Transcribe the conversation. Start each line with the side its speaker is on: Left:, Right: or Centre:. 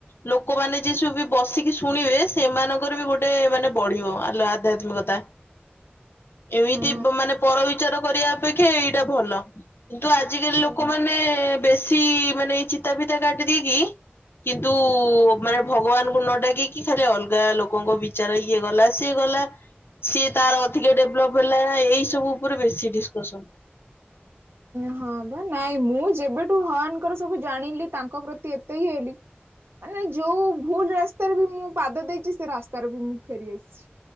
Left: ଲୋକମାନେ ଯି ସବୁ ବି ବସିକି ଶୁଣିବେ ସେମାନଙ୍କର ବି ଗୋଟେ ମାନେ ବଢିବ। ଆଧ୍ୟାତ୍ମିକତା କଥା। ଏମିତି
Right: ହଁ।
Left: ମାନେ ପରବଚାର କରିବା ଅପେକ୍ଷା ଏଇଟା ଭଲ କିନ୍ତୁ ଆଜିକାଲି
Right: ହଁ।
Left: ଲୋକମାନେ ତେ ବେଶୀ ମାନେ ଚିତା ଫିତା କାଟିଦେଇକି କିନ୍ତୁ ମାନେ ଭଗବାନଙ୍କୁ ନ ଡାକିକି ଖାଲି ଅଲଗା ଲୋକଙ୍କ ବିଚାର କିଏ ଗଲା ସିଏ ଗଲା। ସିଏ ତାର ଅଧିକା ଡେଭଲପ ହେଲା ଏଇ ସବୁ ଉପରେ ବେଶୀ ଡିସକସନ।
Right: ହଁ ବା ନାଇଁ ମୁଁ ଯେବେଠୁ ହାନଙ୍କର ସବୁ ଜାଣିଲି ତାଙ୍କ ପ୍ରତି ଏତେ ହି ହେଲି ମାନେ ଯୋଉ ଭୁଲ ରାସ୍ତା ରାସ୍ତାରେ ବି ମୁଁ ପାଦ ଦେଇଛି ସେ ରାସ୍ତାରେ ବି ମୁଁ ଫେରିଆସିଛି